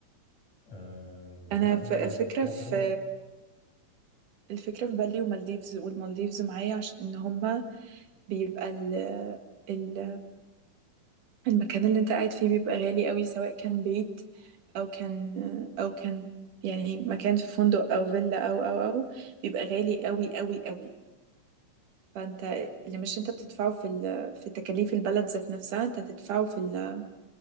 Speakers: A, on the left (about 60°); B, on the right (about 75°).
A: آم، بلاد
B: أنا آه.
A: تانية
B: ف- فكرة
A: خضرة
B: في الفكرة في بالي ومالديفز والمالديفز معايا عشان إن هما بيبقى ال المكان اللي انت قاعد فيه بيبقى غالي قوي سواء كان بيت او كان او كان يعني مكان في فندق او فيلا او او او بيبقى غالي قوي قوي قوي فانت اللي مش انت بتدفعه في ال... في تكاليف البلد ذات نفسها انت هتدفعه في ال...